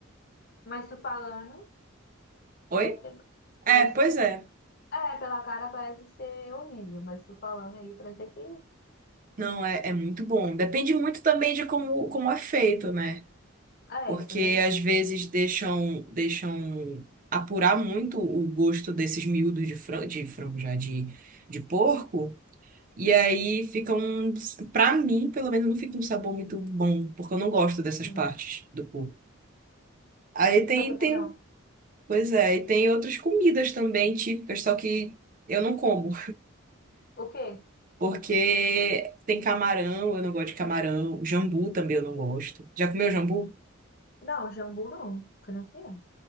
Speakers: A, on the left (about 45°); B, on the right (about 40°).
A: Mas tu falando,
B: Oi?
A: parece ser... Mas,
B: É, pois
A: tipo,
B: é.
A: é, pela cara parece ser horrível, mas tu falando aí parece que...
B: Não, é, é muito bom. Depende muito também de como, como é feito, né?
A: Ah,
B: Porque
A: é, isso é verdade.
B: às vezes deixam, deixam apurar muito o gosto desses miúdos de frango, de frango já, de, de porco. E aí fica um. Pra mim, pelo menos, não fica um sabor muito bom, porque eu não gosto dessas
A: Sim.
B: partes do porco. Aí tem,
A: Eu também
B: tem.
A: não.
B: Pois é, e tem outras comidas também típicas, só que eu não como.
A: O quê?
B: Porque tem camarão, eu não gosto de camarão. Jambu também eu não gosto. Já comeu jambu?
A: Não, jambu não. Que não que é.